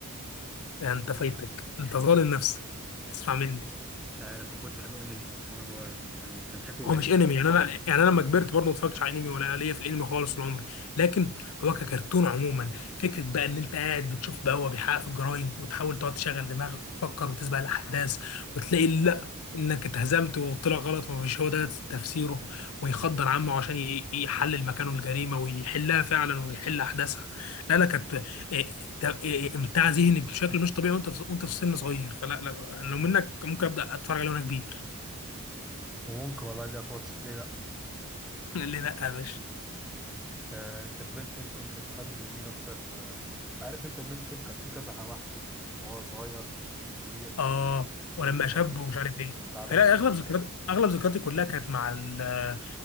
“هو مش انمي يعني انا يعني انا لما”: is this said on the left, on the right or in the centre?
Left